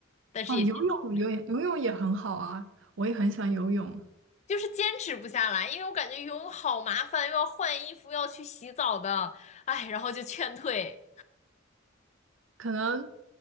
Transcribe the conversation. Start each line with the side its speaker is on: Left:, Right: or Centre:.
Left: 但是也坚持不了，
Right: 哦，游泳游泳游泳也很好啊，我也很喜欢游泳。
Left: 就是坚持不下来，因为我感觉游泳好麻烦，又要换衣服，又要去洗澡的，哎，然后就劝退。
Right: 可能